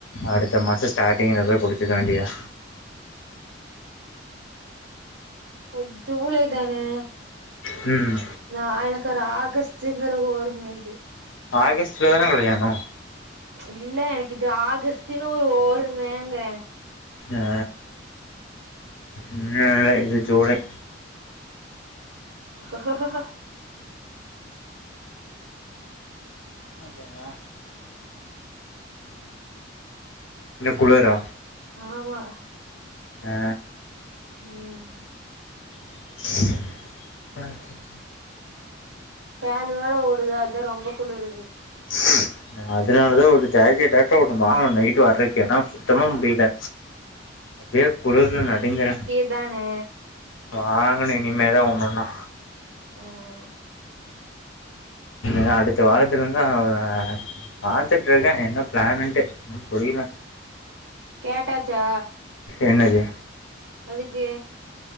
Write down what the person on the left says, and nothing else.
அடுத்த மாச ஸ்டாட்டிங்ல போய் குடுத்துக்க வேண்டியதா
ம்
ஆகஸ்ட் ல தான கல்யாணொ
ஆ இல்ல இல்ல இது ஜூலை
ஹப்பா இன்னு குளிரா
ஆ
<unintelligible>
ஸ் அதனாலதா ஒரு ஜாக்கெட் ஆட்ட ஒண்ணு வாங்கனு நைட்டு வர்றக்கே ஏன்னா சுத்தமா முடியல இப்பயே குளுர்ல நடுங்குற
வாங்கனு இனிமேதா ஒண்ணொன்னா
அ அடுத்த வாரத்துல ந்து அவ பாத்துட்ருக்க என்ன பிளானுன்ட்டு புரியல
என்னது